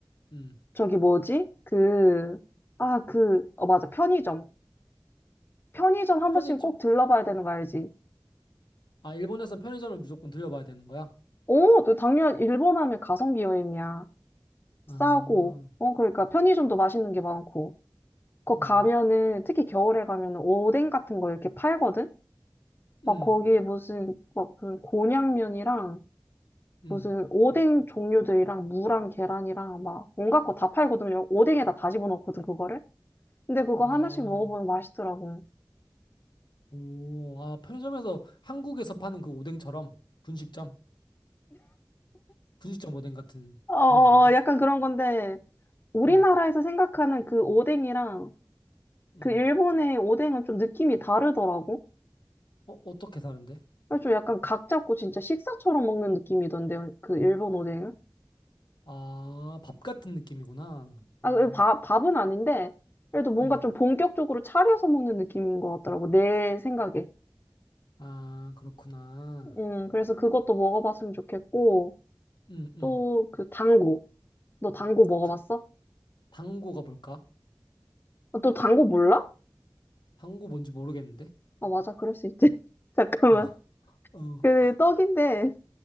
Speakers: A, on the left (about 75°); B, on the left (about 30°).
A: 음.
B: 저기 뭐지? 그, 아, 그, 어, 맞아. 편의점. 편의점 한
A: 편의점?
B: 번씩 꼭 들러봐야 되는 거 알지?
A: 아, 일본에선 편의점을 무조건 들려봐야 되는 거야?
B: 오, 너 당연, 일본 하면 가성비 여행이야.
A: 아,
B: 싸고, 어, 그러니까 편의점도 맛있는 게 많고. 거
A: 음.
B: 가면은, 특히 겨울에 가면은 오뎅 같은 거 이렇게 팔거든? 막
A: 음.
B: 거기에 무슨 막 그 곤약면이랑
A: 음.
B: 무슨 오뎅 종류들이랑 무랑 계란이랑 막 온갖 거 다 팔거든요. 오뎅에다 다 집어넣거든 그거를. 근데 그거
A: 아,
B: 하나씩 먹어보면 맛있더라고.
A: 오. 아, 편의점에서 한국에서 파는 그 오뎅처럼 분식점? 분식점 오뎅 같은
B: 어, 어,
A: 그런 거 아닌가?
B: 어, 약간 그런 건데 우리나라에서
A: 음.
B: 생각하는 그 오뎅이랑
A: 음.
B: 그 일본의 오뎅은 좀 느낌이 다르더라고.
A: 어, 어떻게 다른데?
B: 그래서 좀 약간 각 잡고 진짜 식사처럼 먹는 느낌이던데 그 일본 오뎅은.
A: 아, 밥 같은 느낌이구나.
B: 아, 그 밥, 밥은 아닌데 그래도 뭔가
A: 음.
B: 좀 본격적으로 차려서 먹는 느낌인 것 같더라고 내 생각에.
A: 아, 그렇구나.
B: 음, 그래서 그것도 먹어봤으면 좋겠고,
A: 음, 음.
B: 또 그 당구. 너 당구 먹어봤어?
A: 당, 당고가 뭘까?
B: 아, 너 당구 몰라?
A: 당고 뭔지 모르겠는데.
B: 아, 맞아. 그럴 수 있지. <laughs> 잠깐만.
A: 어, 어,
B: 그 떡인데,